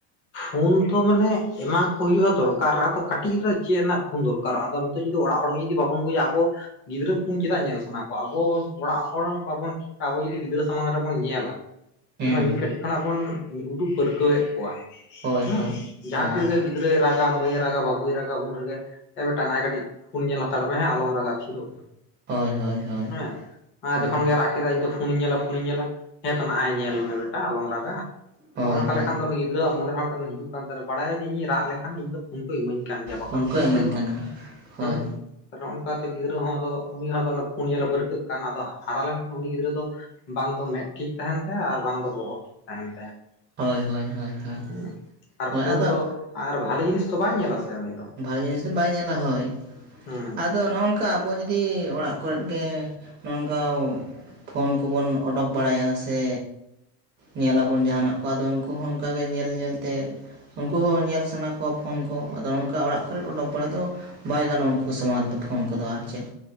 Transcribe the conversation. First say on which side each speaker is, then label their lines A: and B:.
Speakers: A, on the left (about 25°); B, on the right (about 20°).
A: ᱯᱷᱳᱱ ᱫᱚ ᱢᱟᱱᱮ ᱮᱢᱟ ᱠᱚ ᱦᱩᱭᱩᱜᱼᱟ ᱫᱚᱨᱠᱟᱨ ᱨᱮ᱾ ᱟᱫᱚ ᱠᱟᱹᱴᱤᱡ ᱨᱮ ᱪᱮᱫ ᱨᱮᱱᱟᱜ ᱯᱷᱳᱱ ᱫᱚᱨᱠᱟᱨᱚᱜᱼᱟ ᱟᱫᱚ ᱦᱤᱛᱚᱜ ᱡᱩᱫᱤ ᱚᱲᱟᱜ ᱦᱚᱲ ᱜᱮ ᱡᱩᱫᱤ ᱵᱟᱵᱚᱱ ᱵᱩᱡᱟ ᱟᱵᱚ ᱜᱤᱫᱽᱨᱟᱹ ᱯᱷᱳᱱ ᱪᱮᱫᱟᱜ ᱧᱮᱞ ᱥᱟᱱᱟ ᱠᱚᱣᱟ? ᱟᱵᱚ ᱚᱲᱟᱜ ᱦᱚᱲ ᱵᱟᱵᱚᱱ ᱴᱷᱤᱠ ᱟᱵᱚ ᱡᱩᱫᱤ ᱜᱤᱫᱽᱨᱟᱹ ᱥᱟᱢᱟᱝ ᱨᱮ ᱵᱚᱱ ᱧᱮᱞᱟ
B: ᱦᱮᱸ
A: ᱢᱤᱫ ᱠᱟᱹᱴᱤᱡ ᱠᱷᱚᱱᱟᱜ ᱵᱚᱱ ᱩᱫᱩᱜ ᱯᱟᱹᱨᱠᱟᱹᱣᱮᱫ ᱠᱚᱣᱟ᱾ ᱦᱮᱸ
B: ᱦᱳᱭ ᱦᱳᱭ
A: ᱡᱟᱦᱟᱸ
B: ᱦᱳᱭ
A: ᱛᱤᱨᱮᱜᱮ ᱜᱤᱫᱽᱨᱟᱹᱭ ᱨᱟᱜᱟ ᱢᱟᱹᱭᱮ ᱨᱟᱜᱟ ᱵᱟᱹᱵᱩᱭ ᱨᱟᱜᱟ ᱩᱱ ᱨᱮᱜᱮ ᱮ ᱵᱟᱴᱟ ᱱᱟᱭ ᱠᱟᱹᱴᱤᱡ ᱯᱷᱩᱱ ᱧᱮᱞ ᱦᱟᱛᱟᱲ ᱢᱮ ᱦᱮᱸ ᱟᱞᱚᱢ ᱨᱟᱜ ᱛᱷᱤᱨᱚᱜ ᱢᱮ
B: ᱦᱳᱭ ᱦᱳᱭ
A: ᱾
B: ᱦᱳᱭ
A: ᱦᱮᱸ ᱟᱨ
B: ᱦᱳᱭ
A: ᱡᱚᱠᱷᱚᱱ ᱜᱮ ᱨᱟᱜ ᱠᱮᱫᱟ ᱤᱧ ᱫᱚ ᱯᱷᱩᱱᱤᱧ ᱧᱮᱞᱟ ᱯᱷᱩᱱᱤᱧ ᱧᱮᱞᱟᱼᱼ ᱦᱮᱸ ᱛᱚ ᱱᱟᱜᱟᱭ ᱧᱮᱞ ᱢᱮ ᱵᱮᱴᱟ ᱟᱞᱚᱢ ᱨᱟᱜᱟ
B: ᱦᱳᱭ
A: ᱱᱚᱜᱼᱚ ᱱᱚᱝᱠᱟ
B: ᱦᱳᱭ
A: ᱞᱮᱠᱷᱟᱱ ᱫᱚ ᱱᱩᱭ ᱜᱤᱫᱽᱨᱟᱹᱣᱟᱜ ᱢᱚᱱᱮ <inaudible> ᱵᱟᱲᱟᱭᱟ ᱡᱮ ᱤᱧ ᱨᱟᱜ ᱞᱮᱠᱷᱟᱱ ᱤᱧ ᱫᱚ ᱯᱷᱩᱱ ᱠᱩ ᱤᱢᱟᱹᱧ ᱠᱟᱱ ᱜᱮᱭᱟ ᱵᱟᱠᱷᱟᱱ
B: ᱯᱷᱳᱱ
A: ᱫᱚ
B: ᱠᱚ
A: ᱵᱟᱹᱧ
B: ᱤᱢᱟᱹᱧ
A: ᱛᱷᱤᱨᱚᱜ-ᱟ
B: ᱠᱟᱱ ᱜᱮᱭᱟ ᱦᱳᱭ
A: ᱦᱮᱸ ᱾ ᱱᱚᱜ ᱚᱱᱠᱟᱛᱮ ᱜᱤᱫᱽᱨᱟᱹ ᱦᱚᱸ ᱟᱫᱚ ᱩᱱᱤ ᱦᱚᱲ ᱫᱚ ᱯᱷᱳᱱ ᱧᱮᱞᱮ ᱯᱟᱹᱨᱠᱟᱹᱜ ᱠᱟᱱ ᱟᱫᱚ ᱦᱟᱨᱟ ᱞᱮᱱᱠᱷᱟᱱ ᱩᱱᱤ ᱜᱤᱫᱽᱨᱟᱹ ᱫᱚ ᱵᱟᱝ ᱫᱚ ᱢᱮᱫ ᱴᱷᱤᱠ ᱛᱟᱦᱮᱱ ᱛᱟᱭᱟ ᱟᱨ ᱵᱟᱝ ᱫᱚ ᱵᱚᱦᱚᱜ ᱴᱷᱤᱠ ᱛᱟᱦᱮᱱ ᱛᱟᱭᱟ
B: ᱦᱳᱭ ᱦᱳᱭ
A: ᱾
B: ᱦᱳᱭ ᱦᱳᱭ
A: ᱦᱩᱸ ᱟᱨ
B: ᱦᱳᱭ
A: ᱯᱷᱩᱱ
B: ᱟᱫᱚ
A: ᱨᱮᱫᱚ ᱟᱨ ᱵᱷᱟᱞᱮ ᱡᱤᱱᱤᱥ ᱫᱚ ᱵᱟᱭ ᱧᱮᱞᱟ ᱥᱮ ᱩᱱᱤ ᱫᱚ
B: ᱵᱷᱟᱞᱮ ᱡᱤᱱᱤᱥ ᱫᱚ ᱵᱟᱭ ᱧᱮᱞᱟ ᱦᱳᱭ
A: ᱦᱩᱸ
B: ᱟᱫᱚ ᱱᱚᱜᱼᱚᱱ ᱚᱱᱠᱟ ᱟᱵᱚ ᱡᱩᱫᱤ ᱚᱲᱟᱜ ᱠᱚᱨᱮ ᱜᱮ ᱱᱚᱜ ᱱᱚᱝᱠᱟ ᱯᱷᱳᱱ ᱠᱚᱵᱚᱱ ᱚᱰᱳᱠ ᱵᱟᱲᱟᱭᱟ ᱥᱮ ᱧᱮᱞᱟᱵᱚᱱ ᱡᱟᱦᱟᱱᱟᱜ ᱠᱚ ᱟᱫᱚ ᱩᱱᱠᱩ ᱦᱚᱸ ᱚᱱᱠᱟ ᱜᱮ ᱧᱮᱞ ᱧᱮᱞ ᱛᱮ ᱩᱱᱠᱩ ᱦᱚᱸ ᱧᱮᱞ ᱥᱟᱱᱟ ᱠᱚᱣᱟ ᱯᱷᱳᱱ ᱠᱚ ᱟᱫᱚ ᱱᱚᱱᱠᱟ ᱚᱱᱠᱟ ᱚᱲᱟᱜ ᱠᱚᱨᱮ ᱚᱰᱚᱠ ᱵᱟᱲᱟ ᱫᱚ ᱵᱟᱭ ᱜᱟᱱᱚᱜ ᱩᱱᱠᱩ ᱥᱟᱢᱟᱝ ᱨᱮᱫᱚ ᱯᱷᱳᱱ ᱠᱚᱫᱚ ᱟᱨ ᱪᱮᱫ